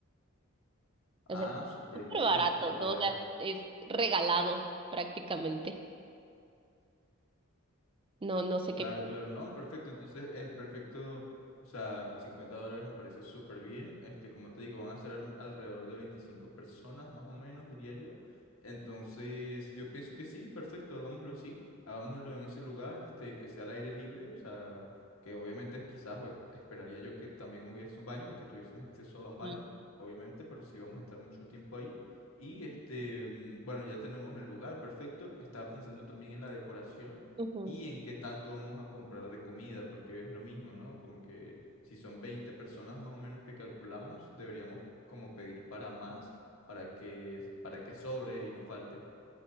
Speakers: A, on the left (about 85°); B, on the right (about 25°).
A: Ah,
B: O sea, está
A: súper
B: súper
A: bien,
B: barato,
A: súper padre.
B: ¿no? O sea, es regalado prácticamente. No, no sé
A: Claro,
B: qué.
A: claro, no, perfecto. Entonces, en perfecto, o sea, 50 dólares me parece súper bien. Este, como te digo, van a ser al- alrededor de 25 personas, más o menos, diría yo. Entonces, yo pienso que sí, perfecto, hagámoslo así. Hagámoslo en ese lugar, este, que sea al aire libre, o sea, que obviamente quizás hoy esperaría yo que también hubiese un baño, que tuviésemos acceso a un baño,
B: Sí.
A: obviamente, pero sí vamos a estar mucho tiempo ahí. Y este, mm, bueno, ya tenemos el lugar, perfecto. Estaba pensando también en la decoración
B: Ujú.
A: y en qué tanto vamos a comprar de comida, porque es lo mismo, ¿no? Como que si son 20 personas más o menos que calculamos, deberíamos como pedir para más, para que, para que sobre y no falte.